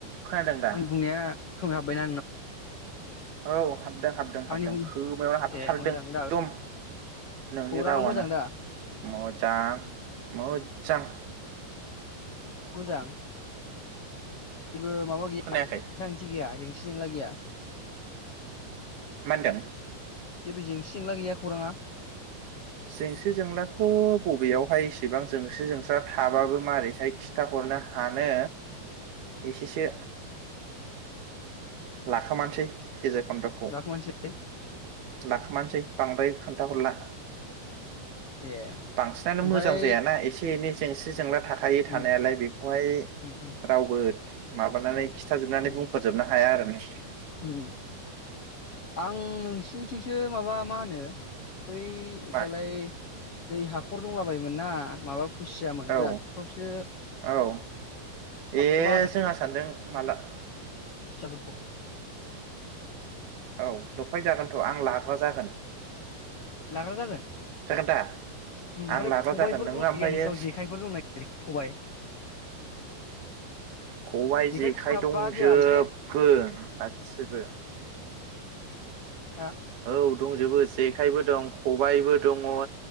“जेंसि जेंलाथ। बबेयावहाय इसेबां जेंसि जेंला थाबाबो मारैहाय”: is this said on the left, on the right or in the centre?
Right